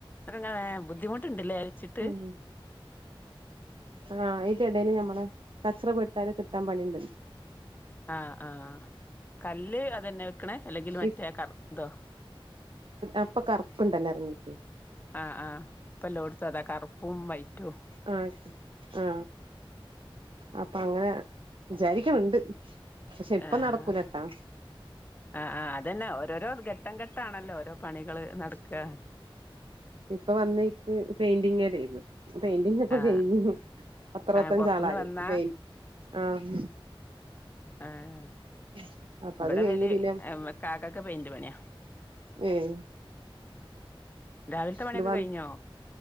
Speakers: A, on the left; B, on the right.
A: അങ്ങനെ ബുദ്ധിമുട്ട്ണ്ടല്ലേ അല്ച്ചിട്ട്
B: ഉം ആ അതിന്റെ ഇടേല് ഞമ്മള് കച്ചറ പെട്ടാൽ കിട്ടാൻ പണിണ്ട്
A: ആ ആ കല്ല് അതന്നെ വെക്കണേ അല്ലെങ്കിൽ മറ്റേ
B: ഈ
A: കറു ഇതോ
B: അപ്പൊ കറുപ്പുണ്ടല്ലോ ഇറങ്ങിട്ട്
A: ആഹ് ആഹ് ഇപ്പ എല്ലോടുത്തും അതാ കറുപ്പും വൈറ്റും
B: ആ ആ അപ്പൊ അങ്ങനെ വിചാരിക്കണ് ണ്ട് പക്ഷെ ഇപ്പ
A: ആഹ്
B: നടക്കൂലട്ടാ
A: ആഹ് ആഹ് അതന്നെ ഓരോരോ ഘട്ടം ഘട്ടാണല്ലോ ഓരോ പണികള് നടക്കുക
B: ഇപ്പ വന്നേക്ക് പെയിൻ്റിംഗ് <unintelligible> പെയിൻ്റിങ് ഇപ്പൊ
A: ആഹ്
B: കഴിഞ്ഞു പത്തറുപത്തഞ്ച്
A: ആഹ് പൊറത്തുന്ന്
B: ആളായി
A: വന്നാ
B: പെയി ആഹ്
A: ആഹ്
B: <unintelligible>
A: ഇവിടെ
B: കഴിഞ്ഞ്
A: വലി
B: പിന്നെ
A: കാക്കക്ക് പെയിന്റ് പണിയാ
B: ഏഹ്
A: രാവിലത്തെ പണിയൊക്കെ
B: ഇത് വ
A: കഴിഞ്ഞോ